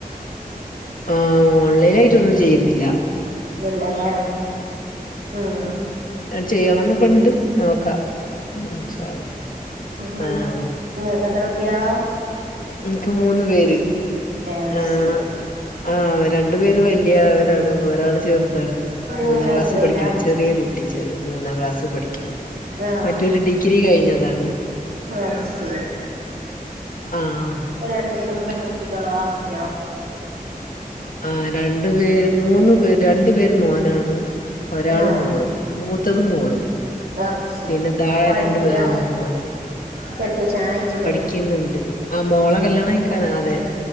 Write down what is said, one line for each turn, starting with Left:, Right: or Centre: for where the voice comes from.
Left: ആഹ് ഓൺലൈയിട്ടൊന്നും ചെയ്യുന്നില്ല
Right: ഇല്ലല്ലേ ഉം
Left: ചെയ്യണന്നൊക്കെണ്ട് നോക്കാം ഇൻഷാ അള്ളാ
Right: അഹ്
Left: ആഹ്
Right: നിങ്ങക്കത്ര കുട്ടികളാ
Left: എനിക്ക് മൂന്ന് പേര്
Right: അത്
Left: ആഹ്
Right: ശരി
Left: ആഹ് രണ്ടു പേര് വലിയവരാണ് ഒരാൾ ചേറു താണ് മൂന്നാം
Right: ഉം
Left: ക്ലാസ്
Right: എത്രയിലാ
Left: പഠിക്കണ് ചെറിയ കുട്ടി മൂന്നാം ക്ലാസ് പഠിക്കണ്
Right: ആഹ്
Left: മറ്റൊര് ഡിഗ്രി കഴിഞ്ഞതാണ്
Right: അത് ശെരി
Left: ആഹ്
Right: അവര് രണ്ടെരും പെൺകുട്ടി ട്ടികളോ ആണ്കുട്ടികളോ
Left: ആഹ് രണ്ട് പേരും മൂന്നു പേരും രണ്ടു പേര് മോനാണ് ഒരാള്
Right: ആഹ്
Left: മോള് മൂത്തത് മോള്
Right: അത് ശെരി
Left: പിന്നെ താഴെ
Right: പഠിക്ക
Left: രണ്ട് പേ ആ മോന്
Right: കെട്ടിച്ചാനായിട്ടില്ലേ
Left: പടിക്ക്ന്നുണ്ട് ആഹ് മോളെ കല്യാണം കയിക്കാന് അതെ